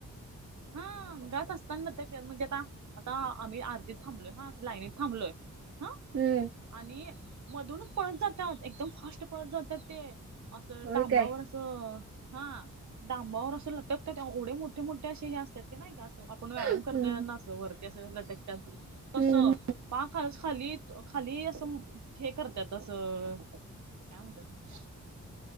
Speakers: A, on the right; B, on the right.
A: हा अंघात असता ना ते म्हणजे आता. आता आम्ही आरतीत थांबलोय हा लाईनीत थांबलोय हा.
B: हम्म.
A: आणि मधूनच पळत जातात एकदम फर्स्ट पळत जातात ते असं
B: होय
A: डाबावर.
B: काय
A: हा डाबावर असं लटकतात एवढे मोठे मोठे असे हे असतात. नाही का अस आपण व्यायाम
B: हम्म
A: करतोय न वरती असं लटकत तस
B: हम्म
A: पा खा खाली खाली असं हे करतात असं काय म्हणत्यात.